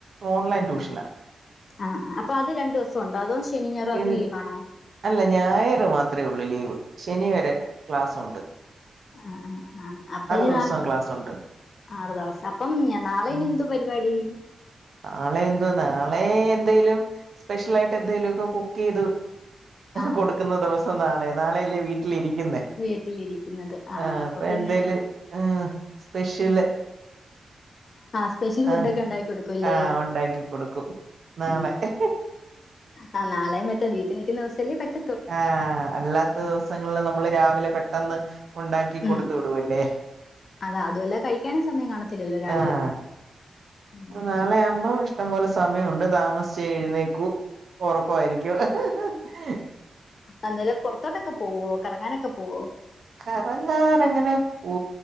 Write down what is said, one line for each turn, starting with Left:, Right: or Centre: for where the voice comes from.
Right: ഓൺലൈൻ
Left: ഉ
Right: ട്യൂഷനാ
Left: ഉ ആ അപ്പൊ അത് രണ്ടു ദിവസം ഉണ്ടോ അതോ ശനിഞ്ഞാറോ അത്
Right: ഇൽ
Left: ലീവ് ആണോ
Right: അല്ല ഞായർ മാത്രമേ ഉള്ളൂ ലീവ് ശനി വരെ ക്ലാസ്സ്ഉണ്ട്
Left: ആഹ ആ ആഹ അപ്പൊ ഇനി
Right: ദിവസം
Left: നാ
Right: ക്ലാസ്സുണ്ട്
Left: ആറ് ദിവസം അപ്പം ഞാൻ നാളെ
Right: ഉം
Left: ഇനി എന്ന്തോ പരിപാടി
Right: നാളെ എന്തോ നാളെ എന്തേലും സ്പെഷ്യൽ ആയിട്ട് എന്തേലുമ ഒക്കെ കുക്ക് ചെയ്തു
Left: ആ
Right: കൊടുക്കുന്ന ദിവസം നാളെ നാളെയല്ലേ വീട്ടിലിരിക്കുന്നേ
Left: വീട്ടിലിരിക്കുന്നത് ആ
Right: ആഹ്
Left: അപ്പൊ പിന്നെ
Right: എന്തേലും ആഹ് സ്പെഷ്യല്
Left: ഉ ആഹ സ്പെഷ്യൽ ഫുഡൊക്കെ
Right: ആഹ്
Left: ഉണ്ടാക്കി കൊടുക്കല്ലേ
Right: ആഹ് ഉണ്ടാക്കി കൊടുക്കും നാളെ
Left: ഉ ആഹ് നാളെയും പറ്റെ വീട്ടിൽ നിക്കുന്ന ദിവസല്ലേ പറ്റ
Right: ആഹ അല്ലാത്ത ദിവസങ്ങളിൽ നമ്മള് രാവിലെ പെട്ടെന്ന് ഉണ്ടാക്കി
Left: ഉം
Right: കൊടുത്ത വിടുൂല്ലേ
Left: അതാ അതെല്ല കഴിക്കാനും സമയം കാണത്തില്ലല്ലോ രാവിലെ
Right: ആഹ്
Left: ഒന്നും ഉം
Right: നാളെ ആകുമ്പോ ഇഷ്ടംപോലെ സമയമുണ്ട് താമസിച്ചച്ച് എഴുന്നേക്കു ഉറക്കയിരിക്കും ഹ് ഹ്
Left: അന്നേര പുൊറത്തോട്ടൊക്കെ പോവോ കറങ്ങാനൊക്കെ പോവോ
Right: കറങ്ങാന അങ്ങനെ പോ